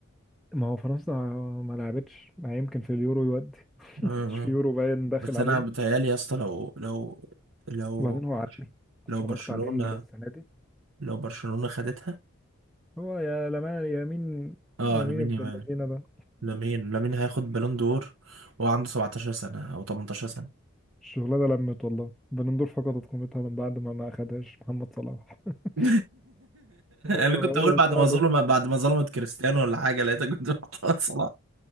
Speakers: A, in the centre; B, on the right (about 75°).
A: ما هو فرنسا ما لعبتش ما يمكن في اليورو يودي
B: امم
A: مش في يورو باين داخل
B: بس
A: علينا
B: انا بتهيالي يا اسطى لو لو لو
A: وبعدين هو عالمي اتفرجت
B: لو برشلونه
A: عليه السنه دي
B: لو برشلونه خدتها
A: هو يا لمان يمين
B: اه
A: يمين
B: لامين
A: ابن
B: يامال
A: اللذينه ده
B: لامين لامين هياخد بالون دور وعنده 17 سنه او 18 سنه
A: الشغلانة لمت والله بنندور فقدت قيمتها من بعد ما ما أخدهاش محمد صلاح <laughs>
B: <laughs>
A: هو
B: انا كنت
A: ايه
B: اقول
A: من
B: بعد
A: بعد
B: ما ظلم بعد ما ظلمت كريستيانو ولا حاجه لقيتك كنت بتقول صلاح